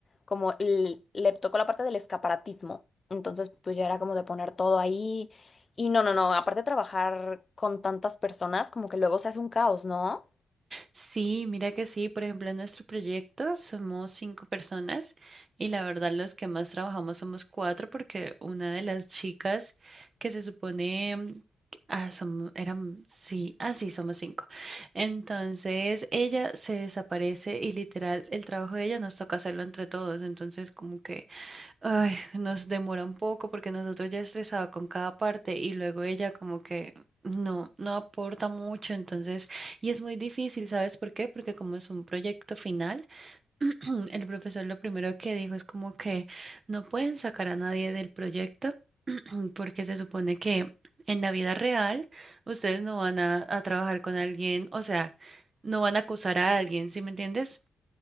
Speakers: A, on the left (about 25°); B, on the right (about 30°).
A: como el- le tocó la parte del escaparatismo. Entonces, pues ya era como de poner todo ahí. Y no, no, no, aparte de trabajar con tantas personas, como que luego se hace un caos, ¿no?
B: Sí, mira que sí. Por ejemplo, en nuestro proyecto somos cinco personas y la verdad los que más trabajamos somos cuatro porque una de las chicas que se supone... mm, que- Ah, som- eran, sí, ah, sí, somos cinco. Entonces ella se desaparece y literal el trabajo de ella nos toca hacerlo entre todos. Entonces como que Ay, nos demora un poco porque nosotros ya estresado con cada parte y luego ella como que no, no aporta mucho, entonces, y es muy difícil, ¿sabes por qué? Porque como es un proyecto final, <clears throat> el profesor lo primero que dijo es como que no pueden sacar a nadie del proyecto <clears throat> porque se supone que en la vida real ustedes no van a, a trabajar con alguien, o sea, no van a acusar a alguien, ¿sí me entiendes?